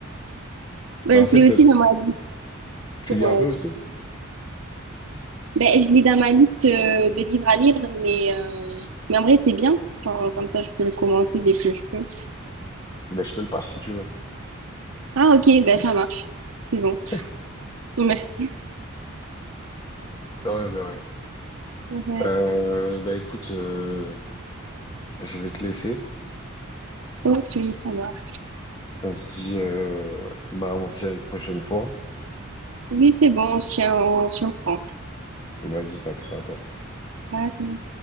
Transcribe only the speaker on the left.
Mais en
fait,
euh,
tu
lis un
peu aussi?
Ben, je te le passe si tu veux.
<laughs>
De rien, de rien.
Euh, ben, écoute, euh, je vais te laisser.
On se dit, euh, bah, on se dit à une prochaine fois.
Vas-y, fais att- fais attention.